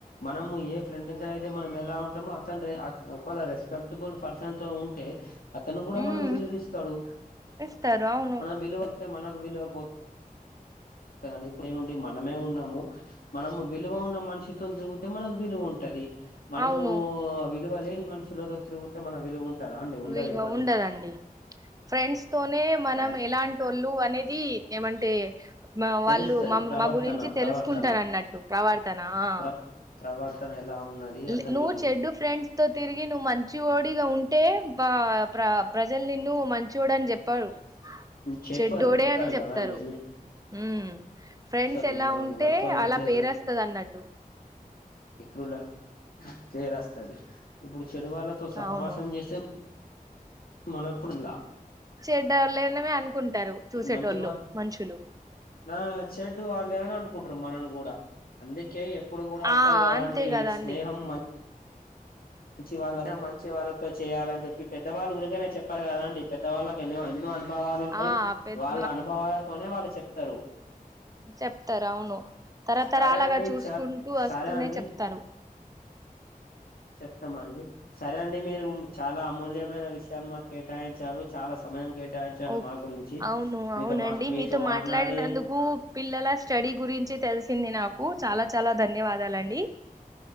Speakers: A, on the left; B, on the right.
A: మనం ఏ ఫ్రెండ్ తో అయితే మనం ఎలా ఉ ఉంటమో అతని ఒక వేళ రెస్పెక్టబుల్ పర్సన్ తోని ఉంటే అతను కూడా
B: ఉమ్
A: మనకు విలువిస్తాడు
B: ఇస్తారు అవును
A: మనం విలువ టే మనకు విలువ పోతు తే అండీ మనమే ఉన్నాము మనం విలువ ఉన్న మనిషి తోన్ తిరుగుతే మనకు విలువ ఉంటది మనము
B: అవును
A: విలువ లేని మనుషులతో తిరుగు తే మనం విలువ ఉంటదా అండి ఉండదు
B: విలువ
A: కదండి
B: ఉండదండి ఫ్రెండ్స్ తోనే మనం
A: ఆ
B: ఎలాంటోళ్ళు అనేది ఏమంటే వాళ్ళు
A: తెలుస్తది
B: మా
A: ప్రవర్తన
B: మా గురించి
A: ప్రవర్తన
B: తెలుసుకుంటరన్నట్టు ప్రవర్తన ఆ
A: ప్ర ప్రవర్తన ఎలా ఉన్నది
B: లే
A: అతని
B: నువ్ చెడ్డు ఫ్రెండ్స్ తో తిరిగి నువ్ మంచి ఓడిగా ఉన్ టే బ ప్ర ప్రజలు నిన్ను మంచోడని చెప్పరు
A: చెప్పరు
B: చెడ్డోడే
A: చెప్పరు
B: అని చెప్తారు
A: కదా అండి
B: ఉ ఫ్రెండ్స్
A: మీరురు
B: ఎలా
A: మనం
B: ఉంటే
A: ఎవరితోనైతే
B: అలా పేరేస్తది అన్నట్టు
A: ఇత్రుల పేరస్తది ఇప్పుడు చెడువాళ్ళతో సహవాసం
B: అవును
A: చేసే మనకు లా
B: చెడ్డళనమే అనుకుంటారు చూసేటళ్ళు
A: మంచి వాళ్ళ
B: మనుషులు
A: నా చెడ్డు వాళ్ళే అని అనుకుంటారు మనల్ని కూడా అందుక్ కే ఎప్పుడు కూడా అంటారు
B: ఆ
A: కదండి
B: అంతే కదా
A: స్నేహం
B: అండి
A: మం మంచి వాళ్ళ మంచి వాళ్ళతో చేయాలని చెప్పి పెద్దవాళ్ళు ఊరికనే చెప్పారు కదాండి పెద్దవాళ్ళకి ఎన్నో ఎన్నో అన్ అనుభావాలు ఉంటాయి
B: ఆ పెద్
A: వాళ్ళ అనుభవాలతోనే వాళ్ళు చెప్తారు
B: చెప్తరు అవును తరతరాలుగా
A: సరే అండి
B: చూసుకుంటూ
A: చ
B: వస్తూనే
A: సరే అండి
B: చెప్తరు
A: చెప్తామండి సరే అండి మీరు చాలా అమూల్యమైన విష్ షయాలు మాకు కేటాయించారు చాలా సమయం కేట్ టాయించారు
B: ఓ
A: మా గురించి
B: అవును
A: మీతో
B: అవునండి
A: మా మీతో మాట్లాడి
B: మాట్లాడినందుకు పిల్లల స్టడీ గురించి తెలిసింది నాకు చాలా చాలా ధన్యవాదాలండి.